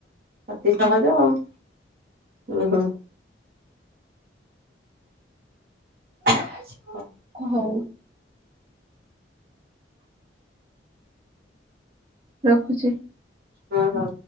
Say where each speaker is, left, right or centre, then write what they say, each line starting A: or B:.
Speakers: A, on the right; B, on the right.
A: ଅତି ସହଜ ଉଁ ହୁଁ। ହା
B: ଖ ହଉ। ରଖୁଛି।
A: ହଁ ହଁ।